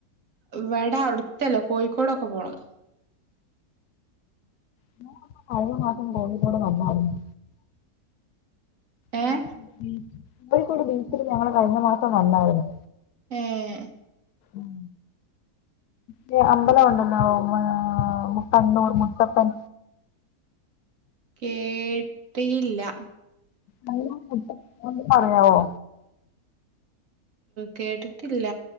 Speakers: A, on the right; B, on the left.
A: ഇവിടെ അടുത്തല്ലോ കോഴിക്കോടൊക്കെ പോണം
B: ഉം ഞാൻ കഴിഞ്ഞ മാസം കോഴിക്കോട് വന്നായിരുന്നു
A: ഏഹ്
B: കോഴിക്കോട് ബീച്ചിൽ കോഴിക്കോട് ബീച്ചില് ഞങ്ങള് കഴിഞ്ഞ മാസം വന്നായിരുന്നു
A: ഏഹ്
B: ഉം പിന്നെ അമ്പലം ഉണ്ടല്ലോ മ ആഹ് കണ്ണൂർ മുത്തപ്പൻ
A: കേട്ടീല്ല
B: <unintelligible> ഒന്ന് പറയാവോ
A: കേട്ടിട്ടില്ല